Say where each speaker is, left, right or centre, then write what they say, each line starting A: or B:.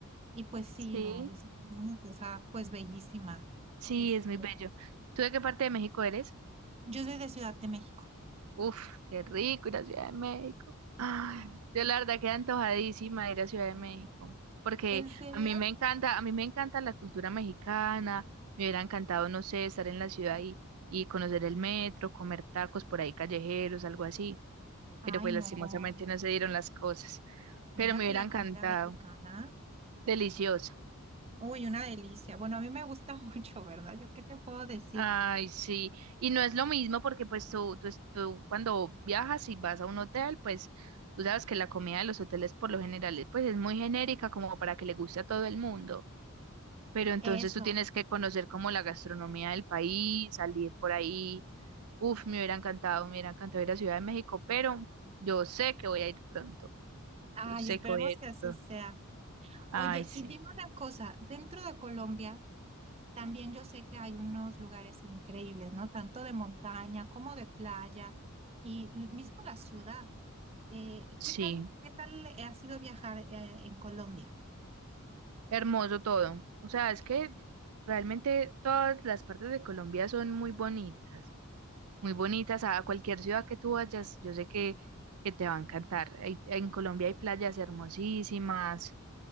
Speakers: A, on the right; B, on the right.
A: y pues sí,
B: Sí,
A: no, dice que es una cosa pues bellísima.
B: sí,
A: Este,
B: es muy bello. ¿Tú de qué parte de México eres?
A: Yo soy de Ciudad de México.
B: Uf, qué rico ir a Ciudad de México. Ay, yo la verdad quedé antojadísima de ir a Ciudad de México, porque
A: ¿En serio?
B: a mí me encanta, a mí me encanta la cultura mexicana. Me hubiera encantado, no sé, estar en la ciudad y, y conocer el metro, comer tacos por ahí callejeros, algo así.
A: Ay,
B: pero pues
A: no.
B: lastimosamente no se dieron las cosas, pero
A: Mira
B: me hubiera
A: que la
B: encantado,
A: comida mexicana.
B: deliciosa.
A: Uy, una delicia. Bueno, a mí me gusta <laughs> mucho, ¿verdad? ¿Yo qué te puedo decir?
B: Ay, sí, y no es lo mismo porque pues tú, tú, es- tú cuando viajas y vas a un hotel, pues tú sabes que la comida de los hoteles por lo general es, pues es muy genérica como para que le guste a todo el mundo, pero entonces
A: Eso.
B: tú tienes que conocer como la gastronomía del país, salir por ahí. Uf, me hubiera encantado, me hubiera encantado ir a Ciudad de México, pero yo sé que voy a ir pronto,
A: Ay,
B: yo sé
A: esperemos
B: que voy a ir
A: que así
B: pronto.
A: sea.
B: Ay,
A: Oye,
B: sí,
A: y dime una cosa. Dentro de Colombia, también yo sé que hay unos lugares increíbles, ¿no? Tanto de montaña como de playa y l- mismo la ciudad. Eh,
B: sí.
A: ¿qué tal, qué tal ha sido viajar, eh, en Colombia?
B: Hermoso todo. O sea, es que realmente todas las partes de Colombia son muy bonitas, muy bonitas. A cualquier ciudad que tú vayas, yo sé que, que te va a encantar. Hay- en Colombia hay playas hermosísimas.